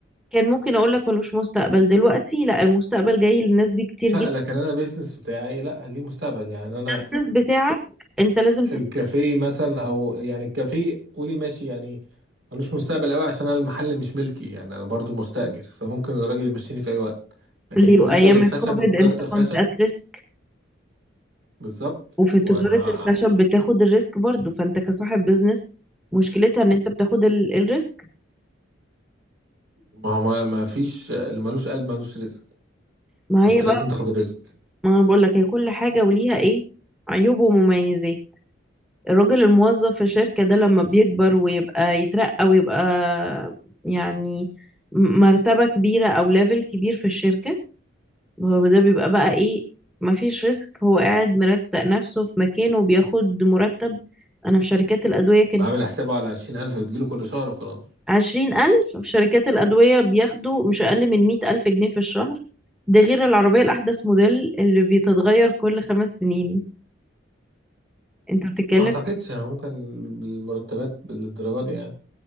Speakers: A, in the centre; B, on the right.
A: كان ممكن اقول لك ملوش مستقبل دلوقتي لا المستقبل جاي للناس دي كتير
B: لا
A: جدا
B: لكن انا بيزنس بتاعي لا ليه مستقبل يعني انا
A: الناس بتاعك انت لازم
B: الكافيه مثلا او يعني الكافيه قولي ماشي يعني ملوش مستقبل قوي عشان انا المحل مش ملكي يعني انا برضو مستأجر فممكن الراجل يمشيني في اي وقت لكن
A: تستقل
B: بالنسبة
A: وايام
B: للخشب
A: الكوفيد
B: وتجارة
A: انت
B: الخشب
A: كنت at risk
B: بالظبط
A: وفي تجارة
B: وانا
A: الخشب
B: ع-
A: بتاخد الريسك برضو فانت كصاحب بيزنس مشكلتها ان انت بتاخد ال- الريسك
B: ما هو ما ما فيش اللي ملوش قلب ملوش رزق
A: ما
B: انت
A: هي
B: لازم تاخد الريسك
A: ما انا بقول لك هي كل حاجة وليها ايه عيوب ومميزات الراجل الموظف في الشركة ده لما بيكبر ويبقى يترقى ويبقى يعني م- مرتبة كبيرة او ليفل كبير في الشركة هو ده بيبقى بقى ايه مفيش ريسك هو قاعد مرستق نفسه في مكانه وبياخد مرتب انا في شركات الأدوية كان
B: بعمل
A: في
B: حسابه على عشرين ألف بتجيله كل شهر وخلاص
A: عشرين ألف في شركات الأدوية بياخدوا مش أقل من مية ألف جنيه في الشهر ده غير العربية الأحدث موديل اللي بيتتغير كل خمس سنين انت بتتكلم
B: ما اعتقدش أنا ممكن المرتبات بالدرجة دي يعني